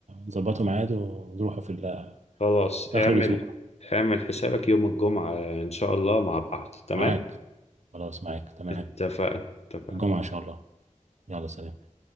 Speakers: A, on the right; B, on the left.
A: ظبطوا ميعاد ونروحوا في, ال-
B: خلاص
A: في
B: اعمل
A: اخر الاسبوع
B: اعمل حسابك يوم الجمعة إن شاء الله مع بعض تمام
A: معاك خلاص معاك تمام
B: اتفقنا اتفقنا
A: الجمعة إن شاء الله يلا سلام